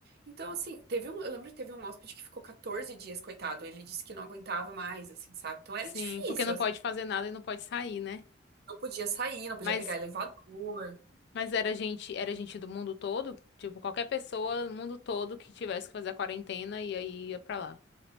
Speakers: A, on the right; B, on the left.
A: Então, assim, teve um, eu lembro que teve um hóspede que ficou 14 dias, coitado. Ele disse que não aguentava mais, assim, sabe? Então era
B: Sim,
A: difícil,
B: porque não
A: assim,
B: pode fazer nada e não pode sair, né?
A: não podia sair, não podia
B: Mas
A: pegar elevador.
B: Mas era gente, era gente do mundo todo? Tipo, qualquer pessoa do mundo todo que tivesse que fazer a quarentena e aí ia pra lá.